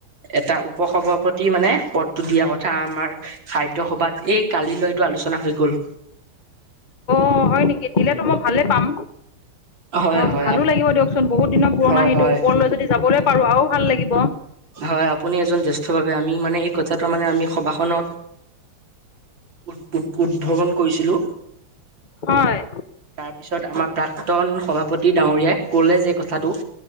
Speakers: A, on the right; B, on the left.
A: এটা উপসভাপত টি মানে পদটো দিয়া কথা আমাৰ সাহিত্য সভাত, এই কালিলৈ এইটো আলোচনা হৈ গ'ল।
B: অ' হয় নেকি? দিলেতো মই ভালে পাম।
A: হয়
B: অ'
A: হয়
B: ভালো লাগিব দিয়কচোন। বহুত দিনৰ পুৰণা
A: হয়
B: হেৰিটো
A: হয়
B: ওপৰলৈ যদি যাবলৈ পাৰোঁ আৰু ভাল লাগিব।
A: হয়। আপুনি এজন জ্যেষ্ঠ ভাৱে, আমি মানে এই কথাটো মানে আমি সভাখনত উ উ উদ্ভৱন কৰিছিলোঁ।
B: হয়।
A: তাৰ পিছত আমাৰ প্ৰাক্তন সভাপতি ডাঙৰীয়াই ক'লে যে কথাটো